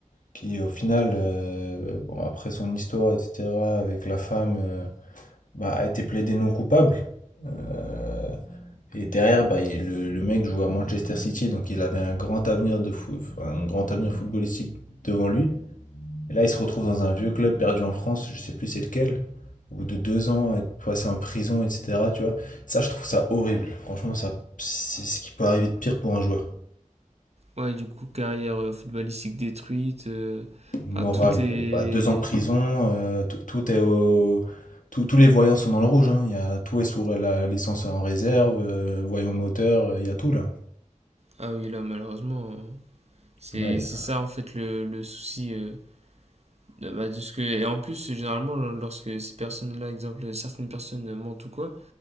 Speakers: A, on the left (about 75°); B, on the right (about 55°).
A: qui au final, euh, bon, après son histoire, etc., avec la femme, euh, bah, a été plaidé non coupable. Euh, et derrière, bah, il- le, le mec jouait à Manchester City, donc il avait un grand avenir de foot, un grand avenir footballistique devant lui. Et là, il se retrouve dans un vieux club perdu en France, je sais plus c'est lequel, au bout de deux ans, être passé en prison, etc., tu vois. Ça, je trouve ça horrible. Franchement, ça, c'est ce qui peut arriver de pire pour un joueur.
B: Ouais, du coup, carrière euh, footballistique détruite, euh,
A: Morale,
B: enfin tout est...
A: euh, bah, deux ans de prison, euh, tout tout est au... tout- tous les voyants sont dans le rouge, hein. Il y a, tout est sous la- l'essence en réserve, euh, voyant moteur, euh, il y a tout là.
B: Ah oui, là malheureusement, euh, c'est
A: là. il y
B: c'est
A: a-
B: ça en fait le, le souci. euh, bah, de ce que... Et en plus, généralement, lorsque ces personnes-là, exemple, certaines personnes mentent ou quoi,